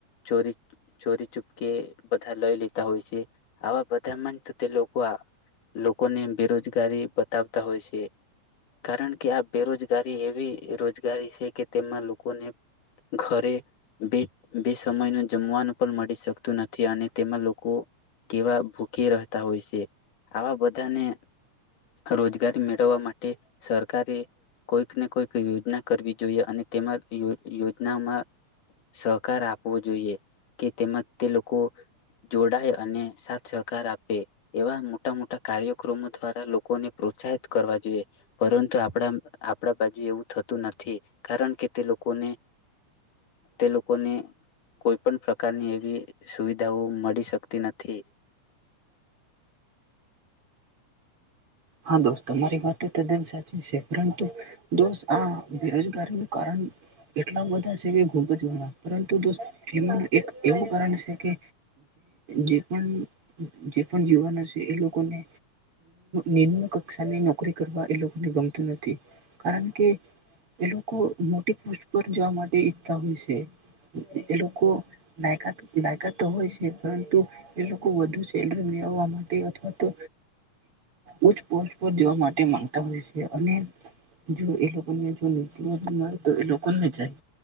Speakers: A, on the left (about 85°); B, on the right (about 45°).
A: ચોરી ચોરી ચૂપકે બધા લઈ લેતા હોય છે આવા બધામાં તે લોકો લોકોને બેરોજગારી બતાવ તા હોય છે કારણ કે આ બેરોજગારી એવી રોજગારી છે કે તેમાં લોકોને ઘરે બે બે સમય ન જમવાનું પણ મળી શકતું નથી અને તેમાં લોકો કેવા ભૂખ રહેતા હોય છે આવા બધાને રોજગારી ઘવા માટે સરકારે કોઈકને કોઈક યોજના કરવી જોઈએ અને તેમાંયો યોજનામાં સહકાર આપવો જોઈએ કે તેમાં તે લોકો જોડાય અને સાથ સહકાર આપે એવા મોટા મોટા કાર્યક્રમો દ્વારા લોકોને પ્રોત્સાહિત કરવા જોઇએ પરંતુ આપણા આપણા બાજુ એવું થતું નથી કારણ કે તે લોકોને તે લોકોને કોઈ પણ પ્રકારની એવી સુવિધાઓ મળી શકતી નથી.
B: હા દોસ્ તમારી વાત તદ્દન સાચી છે પરંતુ દોસ્ત આ બેરોજગારીનું કારણ એટલા બધા છે કે ઘૂપ જ ગણા પરંતુ દોસ્તનું એક એવું કારણ છે કે જે પણ જે પણ યુવાનો છે એ લોકોને નિમ્ન કક્ષાની નોકરી કરવા એ લોકોને ગમતું નથી કારણ કે એ લોકો મોટી પોસ્ટ પર જવા માટે ઈચ્છતા હોય છે એ લોકો લકાત લાયકાત તો હોય છે પરંતુ એ લોકો વધુ સેલરી મેળવવા માટે અથવા તો ઉચ પોસ્ટ પર જવા માટે માંગતા હોય છે અને જો એ લોકોને નીચ તો એ લોકોને જાય